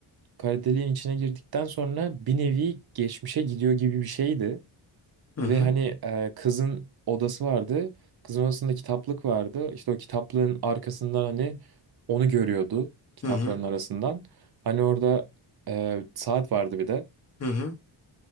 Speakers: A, on the right; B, on the left.
A: Kara deliğin içine girdikten sonra bir nevi geçmişe gidiyor gibi bir şeydi.
B: hı hı
A: Ve hani e, kızın odası vardı. Kızın odasında kitaplık vardı. İşte o kitaplığın arkasından hani onu görüyordu kitapların
B: hı hı.
A: arasından. Hani orada e, saat vardı bir de.
B: hı hı.